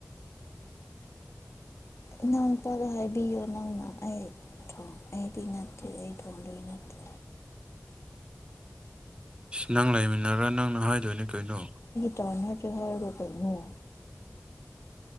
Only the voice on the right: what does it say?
ꯅꯪ ꯂꯩꯃꯤꯟꯅꯔꯒ ꯅꯪ ꯅ ꯍꯥꯏꯗꯣꯏꯅꯦ ꯀꯣꯏꯩꯅꯣ